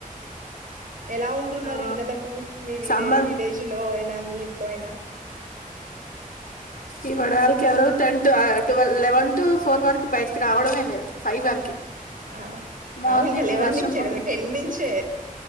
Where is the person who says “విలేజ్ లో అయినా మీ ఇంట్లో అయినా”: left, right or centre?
Right